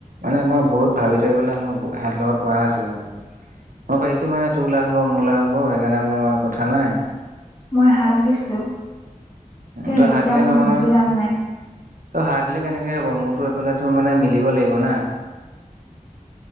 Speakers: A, on the right; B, on the left.
A: মানে মই বহুত ভাবি থৈ পেলাই মোৰ সেহঁতৰ লগত কৰা নাছিলো মানে। মই পাৰিছো মানে তোৰ লাভ হ'ব, মোৰ লাভ হ'ব, সেইকাৰণে মই কথা নাই
B: মই হাক দিছিলো, দেই
A: তই
B: এতিয়া
A: হাক দিলে
B: মোক
A: নহ'ব
B: দোষ
A: নহয়
B: দি লাপ নাই।
A: তই হাক দিলে কেনেকে হ'ব মোৰতো এইফালেত তোৰ মানে মিলিব লাগিব না।